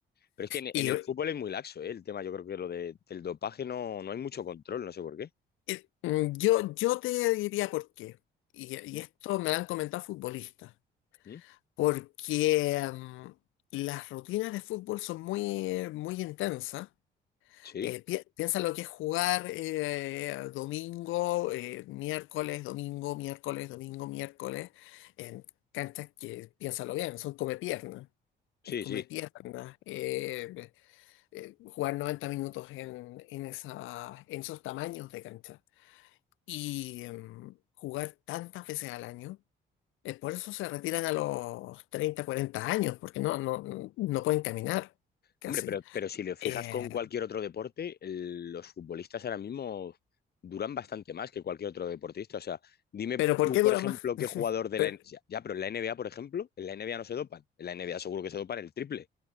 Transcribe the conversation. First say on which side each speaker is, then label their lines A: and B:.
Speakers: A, on the left (about 55°); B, on the left (about 80°).
A: Pero es que en,
B: Y
A: en el fútbol es muy laxo, ¿eh? El tema, yo creo que lo de- del dopaje no, no hay mucho control, no sé por qué.
B: eh, mm, yo, yo te diría por qué. Y, y
A: Ujú,
B: esto me lo han comentado futbolistas.
A: ujú.
B: Porque mm, las rutinas de fútbol son muy, muy intensas
A: Sí,
B: Eh, pi- piensa lo que es jugar eh, domingo, eh, miércoles, domingo, miércoles, domingo, miércoles, en canchas que, piénsalo bien, son come piernas.
A: sí,
B: Es come
A: sí.
B: piernas. eh, eh, jugar 90 minutos en, en, esa- en esos tamaños de cancha. Y em, jugar tantas veces al año. eh, por eso se retiran a los 30 40 años, porque no, no, no pueden caminar casi.
A: Hombre, pero, pero si lo fijas
B: Eh,
A: con cualquier otro deporte, el- los futbolistas ahora mismo duran bastante más que cualquier otro deportista. O sea, dime
B: pero ¿por
A: tú,
B: qué
A: por
B: dura
A: ejemplo,
B: más?
A: qué
B: <laughs>
A: jugador de
B: Pero,
A: la NBA. Ya, ya, pero en la NBA, por ejemplo, en la NBA no se dopan. En la NBA seguro que se dopan el triple.